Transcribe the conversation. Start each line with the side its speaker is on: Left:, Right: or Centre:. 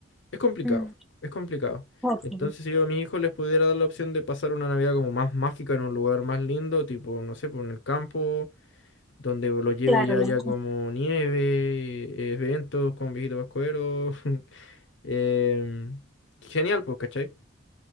Left: es complicado,
Centre: mm,
Left: es complicado.
Centre: ok,
Left: Entonces, si yo a mis hijos les pudiera dar la opción de pasar una Navidad como más mágica en un lugar más lindo, tipo, no sé, por en el campo donde lo lleve
Centre: claro,
Left: ya,
Centre: ya.
Left: ya como nieve, eh, eventos con Viejito Pascuero. <laughs> em, genial, pues, ¿cachai?